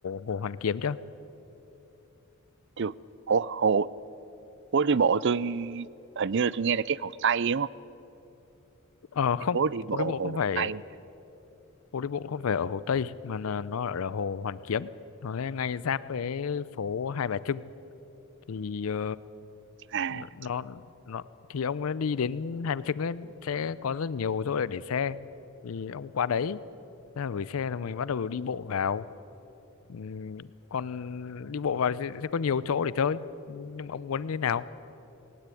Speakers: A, on the left; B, on the right.
A: Hồ Hoàn Kiếm chưa
B: chưa hồ hồ phố đi bộ tôi hình như là tôi nghe là cái hồ Tây đúng không
A: ờ không
B: phố đi bộ
A: phố đi bộ
B: hồ
A: không phải
B: Tây
A: Hồ Đi Bộ không phải ở Hồ Tây mà là nó ở là Hồ Hoàn Kiếm nó ngay ngay giáp với phố Hai Bà Trưng thì ờ,
B: à
A: nó nó nó- thì ông ấy đi đến Hai Bà Trưng ấy sẽ có rất nhiều chỗ để để xe thì ông qua đấy thế là gửi xe là mình bắt đầu đi bộ vào Ừm, còn đi bộ vào thì sẽ, sẽ có nhiều chỗ để chơi nhưng mà ông muốn như thế nào